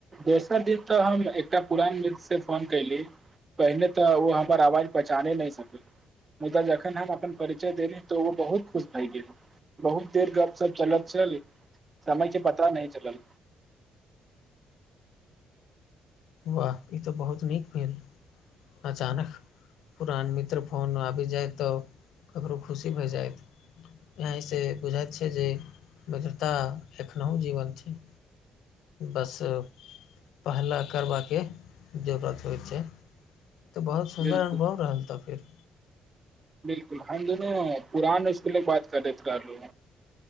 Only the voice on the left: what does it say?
वाह ई तऽ बहुत नीक भेल अचानक पुरान मित्र फोन आबि जाइ तऽ ककरो खुशी भए जायत यहाँसँ बुझाइत छै जे वद्रता एखनहु जीवन छै बस पहला करबाक के जरूरत होइत छै तऽ बहुत सुन्दर
अनुभव रहल तऽ फेर